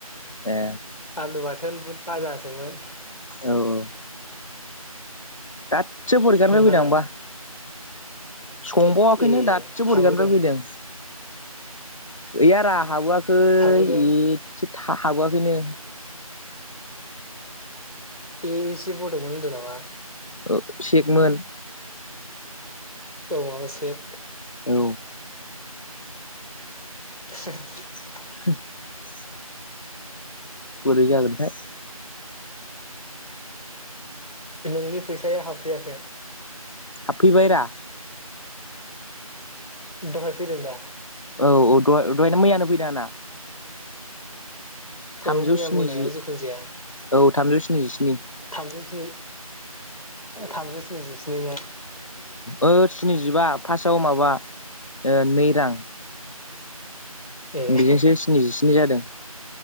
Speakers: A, on the left; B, on the left.
A: ए
B: आलु बाथोन बुथ बाजासोमोन
A: औ-औ दासो फरिखानोफ्राय
B: नोंहालाय
A: फैदां आंबा। संबावआखैनो
B: ए
A: दाससो बरिगानिफ्राय
B: हाबोदों
A: फैदों। गैयारा हाबोयाखै हो
B: हाबोदों
A: एसे हा हाबो आखैनो।
B: ए एसे बरमोन होनदों नामा।
A: ओ सेकमोन
B: औ माबा सेक
A: औ
B: <inaudible>
A: <inaudible> बोरै जागोनथाय।
B: नोंनि फैसाया हाबफैयाखै।
A: हाबफै बायरा
B: नोंथांआ फैदों दा।
A: औ-औ द दहायनो मैयानो फैदों आंना। थामजौ
B: औ मैया
A: स्निजि
B: मोनायाव जोखुन जाया।
A: औ थामजौ स्निजिस्नि
B: थामजौ स्नि थामजौ स्निजिस्नि ने।
A: औ स्निजिबा फार्स्टआव माबा नै रां
B: ए
A: बेजोंसो स्निजिस्नि जादों।